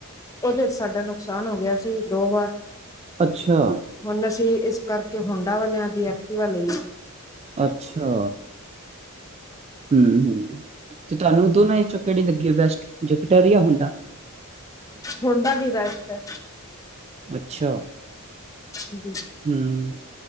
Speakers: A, on the left (about 15°); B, on the right (about 30°).
A: ਉਹਦੇ ਚ ਸਾਡਾ ਨੁਕਸਾਨ ਹੋ ਗਿਆ ਸੀ ਦੋ ਵਾਰ
B: ਅੱਛਾ।
A: ਹੁਣ ਅਸੀਂ, ਇਸ ਕਰਕੇ ਹੋਂਡਾਂ ਵਾਲਿਆਂ ਦੀ, ਐਕਟੀਵਾ ਲਈ।
B: ਅੱਛਾ। ਹਮ ਹ, ਤੇ ਤੁਹਾਨੂੰ ਦੋਨਾ ਚੋਂ, ਕਿਹੜੀ ਲੱਗੀ ਆ ਬੈਸਟ, ਜੁਪੀਟਰ ਜਾ ਹੁੰਡਾ?
A: ਹੋਂਡਾ ਦੀ ਬੈਸਟ ਹੈ
B: ਅੱਛਾ।
A: ਹਮ <unintelligible>
B: ਹਮ <unintelligible>